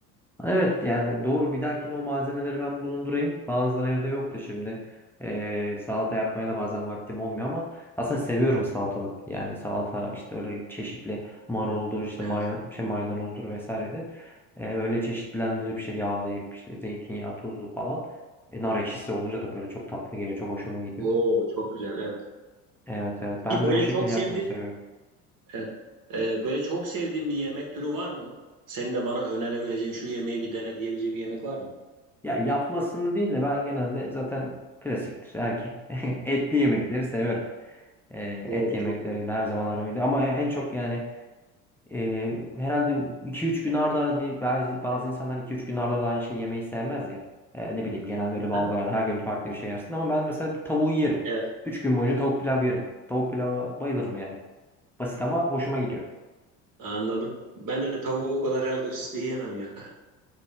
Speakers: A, in the centre; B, on the right.
A: Evet yani doğru bir dahakine o malzemeleri ben bulundurayım. Bazıları evde yoktu şimdi. Ee, salata yapmaya da bazen vaktim olmuyor ama aslında seviyorum salatalık. Yani salata işte öyle çeşitli maruldur işte
B: Evet.
A: may şey maydanozdur vesairedir. Ee, öyle çeşitlendirip işte yağlayıp işte zeytinyağı tuzlu falan. E, nar ekşisi olunca da böyle çok tatlı geliyor. Çok hoşuma gidiyor.
B: Oo çok güzel. Evet.
A: Evet evet
B: Peki
A: ben
B: böyle
A: de o şekilde
B: çok
A: yapmayı
B: sevdiğin
A: seviyorum.
B: evet. Ee, böyle çok sevdiğin bir yemek türü var mı? Senin de bana önerebileceğin şu yemeği bir dene diyebileceğin bir yemek var mı?
A: Ya yapmasını değil de ben genelde zaten klasiktir erkek. <laughs> Etli yemekleri severim. E,
B: Oo
A: et yemekleriyle
B: çok güzel.
A: her zaman aramıydı. Ama en çok yani e, herhalde iki üç gün arda arda değil, bazı, bazı insanlar iki üç gün arda arda aynı şeyi yemeyi sevmez ya. E, ne bileyim genelde öyle
B: Hı
A: bir
B: hı.
A: algı var. Her gün farklı bir şey yersin. Ama ben mesela bir tavuğu yerim.
B: Evet.
A: üç gün boyunca tavuk pilav yerim. Tavuk pilava bayılırım yani. Basit ama hoşuma gidiyor.
B: Anladım. Ben de tavuğu o kadar herhalde üst üste yiyemem ya.